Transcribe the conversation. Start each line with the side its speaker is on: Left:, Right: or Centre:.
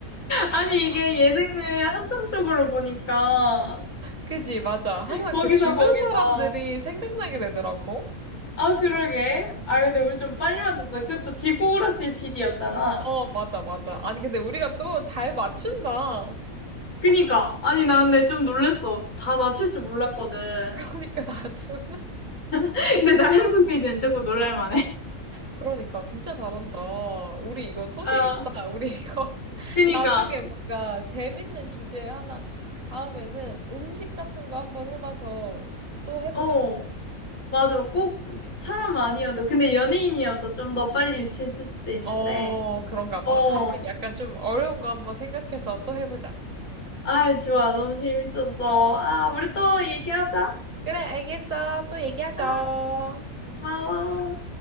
Left: 아니, 이게 예능을 한정적으로 보니까,
Right: 그지, 맞아. 항상
Left: 거기서
Right: 그 주변
Left: 거기다.
Right: 사람들이 생각나게 되더라고.
Left: 아, 그러게. 아, 근데 우리 좀 빨리 맞췄어. 그 또 지구오락실 PD였잖아.
Right: 어, 맞아, 맞아. 아니, 근데 우리가 또 잘 맞춘다.
Left: 그니까. 아니, 나 근데 좀 놀랬어. 다 맞출 줄 몰랐거든.
Right: 그러니까 나도. <laughs>
Left: 근데 나영석 PD는 조금 놀랄만해.
Right: 그러니까 진짜 잘한다. 우리 이거 소질
Left: 아,
Right: 있다. 우리 이거 <laughs>
Left: 그니까.
Right: 나중에 뭔가 재밌는 주제 하나 다음에는 음식 같은 거 한번 해봐서 또 해보자.
Left: 어, 맞아. 꼭 사람 아니어도. 근데 연예인이어서 좀 더 빨리 유치했을 수도 있는데.
Right: 어, 그런가
Left: 어.
Right: 봐. 다음엔 약간 좀 어려운 거 한번 생각해서 또 해보자.
Left: 아, 좋아. 너무 재밌었어. 아, 우리 또 얘기하자.
Right: 그래, 알겠어. 또 얘기하죠.
Left: 아, 고마워.